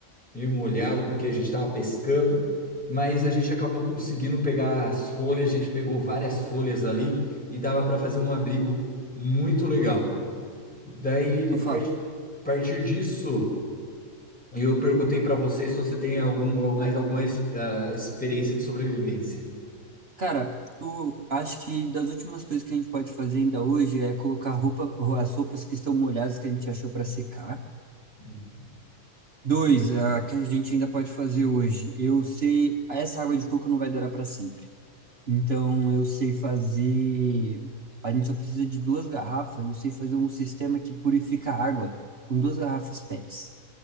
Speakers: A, in the centre; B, on the right.
A: Meio molhado porque a gente tava pescando. Mas a gente acabou conseguindo pegar as folhas. A gente pegou várias folhas ali e dava para fazer um abrigo muito legal. Daí,
B: Eu falo.
A: a partir disso... Eu perguntei para você se você tem algum, ou mais alguma es- ah, experiência de sobrevivência.
B: Cara, eu acho que das últimas coisas que a gente pode fazer ainda hoje é colocar roupa, ro- as roupas que estão molhadas que a gente achou para secar.
A: Hum,
B: Dois,
A: Bom,
B: a que a gente ainda pode fazer hoje. Eu sei, essa água de coco não vai durar para sempre. Então eu sei fazer. A gente só precisa de duas garrafas. Eu sei fazer um sistema que purifica a água com duas garrafas PETs.